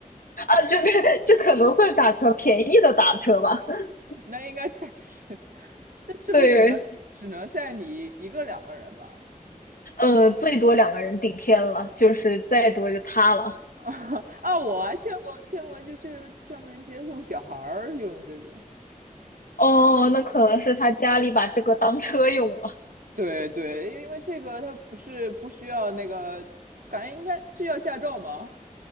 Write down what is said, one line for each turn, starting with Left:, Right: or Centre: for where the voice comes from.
Left: 啊，这 <laughs> 这可能算打车，便宜的打车吧。<laughs>
Right: <laughs> 那应该确实，<laughs> 那是不是只能只能载你一个两个人吧？
Left: 对，呃，最多两个人顶天了，就是再多就塌了。
Right: <laughs> 啊，我还见过见过，就就专门接送小孩儿用这个。
Left: 哦，那可能是他家里把这个当车用了。
Right: 对对，因为这个它不是不需要那个，感觉应该这要驾照吗？